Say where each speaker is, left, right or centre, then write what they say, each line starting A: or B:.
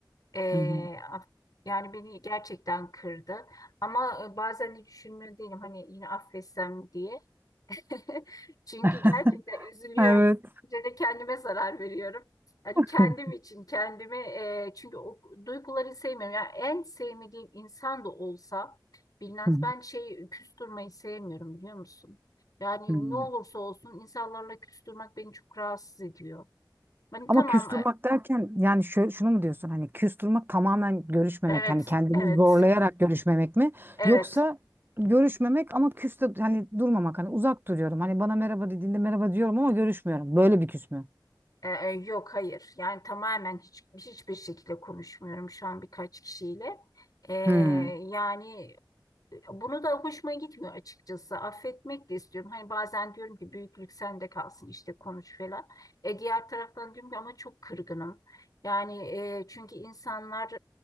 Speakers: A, on the left; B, on the right.
A: Ee,
B: Hı hı.
A: af- yani beni gerçekten kırdı. Ama e, bazen de düşünmüyor değilim hani yine affetsem diye. <laughs> Çünkü
B: <laughs>
A: gerçekten üzülüyorum.
B: Evet.
A: Önce de kendime zarar veriyorum. Hani
B: Hı
A: kendim için kendimi e, çünkü o duyguları sevmiyorum. Yani en sevmediğim insan da olsa bilmez
B: hı.
A: ben şey küstürmeyi sevmiyorum biliyor musun? Yani
B: <laughs>
A: ne olursa olsun insanlarla küstürmek beni çok rahatsız ediyor. Hani
B: Ama
A: tamam
B: küstürmek
A: e,
B: derken yani şö- şunu mu diyorsun hani küstürmek tamamen görüşmemek
A: evet
B: hani kendini
A: evet
B: zorlayarak görüşmemek mi
A: evet.
B: yoksa görüşmemek ama küste hani durmamak hani uzak duruyorum hani bana merhaba dediğinde merhaba diyorum ama görüşmüyorum böyle bir küs mü?
A: Ee, e, yok hayır. Yani tamamen hiç hiçbir şekilde konuşmuyorum şu an birkaç kişiyle. Ee,
B: Hmm,
A: yani e, bunu da hoşuma gitmiyor açıkçası. Affetmek de istiyorum. Hani bazen diyorum ki büyüklük sende kalsın işte konuş falan. E, diğer taraftan diyorum ki ama çok kırgınım. Yani e, çünkü insanlar